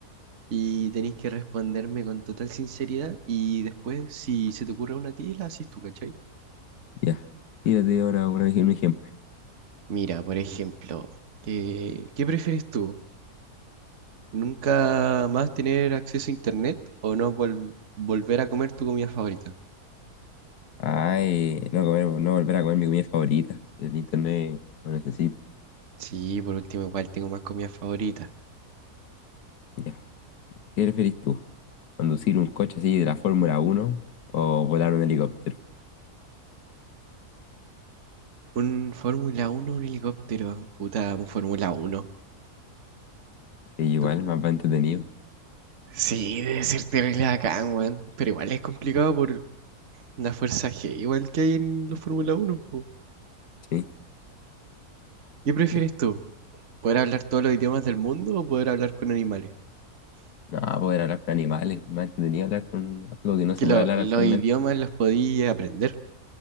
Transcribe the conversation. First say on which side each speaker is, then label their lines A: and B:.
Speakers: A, on the right; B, on the left.
A: y tenéis que responderme con total sinceridad y después si se te ocurre una a ti, la haces tú, ¿cachai?
B: Ya, tírate ahora una- un ejemplo.
A: Mira, por ejemplo, eh, ¿qué prefieres tú? ¿Nunca más tener acceso a internet o no vol- volver a comer tu comida favorita?
B: Ay, no comer, no volver a comer mi comida favorita. El internet lo necesito.
A: Sí, por último, igual tengo más comida favorita.
B: Ya, ¿qué preferís tú? ¿Conducir un coche así de la Fórmula Uno o volar un helicóptero?
A: Un Fórmula uno un helicóptero. Puta, un Fórmula uno
B: Que igual,
A: Tú-
B: más va entretenido.
A: Sí, debe ser terrible bacán, weón. Pero igual es complicado por la fuerza G, igual que hay en los Fórmula uno po.
B: Sí,
A: ¿Qué prefieres
B: ya.
A: tú? ¿Poder hablar todos los idiomas del mundo o poder hablar con animales?
B: No, poder hablar con animales, más entretenido hablar con algo que no
A: Es que
B: se
A: lo-
B: puede hablar
A: los
B: actualmente.
A: idiomas los podía aprender,